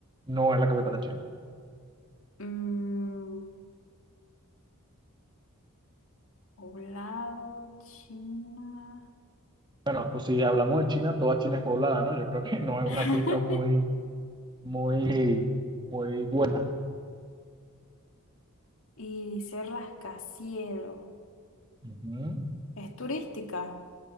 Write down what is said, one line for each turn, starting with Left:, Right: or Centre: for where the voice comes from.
Right: No es la capital de China.
Left: Mm, poblado China.
Right: Bueno, pues si hablamos de China, toda China es poblada, ¿no? Yo creo que no
Left: <laughs>
Right: es una pista muy, muy, muy buena.
Left: Y dice rascacielos.
Right: Ujú.
Left: Es turística.